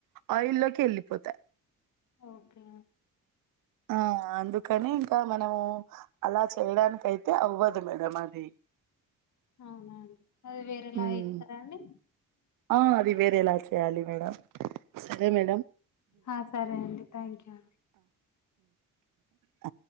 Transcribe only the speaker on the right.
ఆయిల్లోకి ఎల్లిపోతాయి
ఆ అందుకని ఇంకా మనము అలా చేయడానికి అయితే అవ్వదు మేడం అది
ఉమ్
ఆ అది వేరేలా చేయాలి మేడం సరే మేడం
ఆ